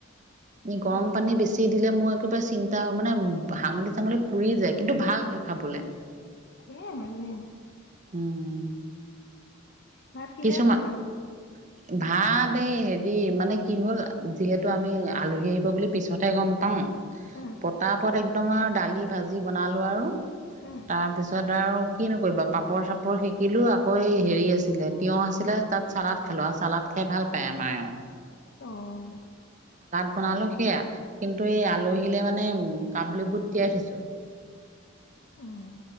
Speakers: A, on the right; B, on the left.
A: <unintelligible> গৰম
B: উম
A: পানী বেছি দিলে মোৰ একেবাৰে চিন্তা হয় মানে হাঙলি চাঙলি পুৰি যায় কিন্তু ভাল হয় খাবলে।
B: ধুনীয়া হয় -ধুনীয়া হয়।
A: উম
B: ভাত কিহেৰে
A: কিছুমান
B: খালা
A: <inaudible> ভাব হে ৰি মানে কি হল যিহেতু আমি আলহী আহিব বুলি পিছ পিছতে গম পাওঁ
B: উম
A: পতাপত একদম আৰু দালি ভাজি বনালো আৰু
B: উম
A: তাৰ পিছত আৰু কি নকৰিব পাপৰ চাপৰ শিকিলো আকৌ। আকৈ হেৰি আছিলে তিয়হ আছিলে তাত চালাদ খালো আৰু চালাদ খাই ভাল পায় আমাৰ।
B: অঁ।
A: আপোনালোক সেয়া কিন্তু এই আলহীলৈ মানে উম কাবুল বুট তিয়াই থৈছো।
B: উম